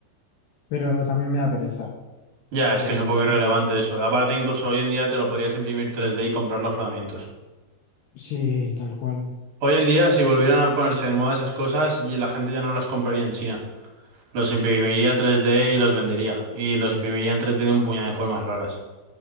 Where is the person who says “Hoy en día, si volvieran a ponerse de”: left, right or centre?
Right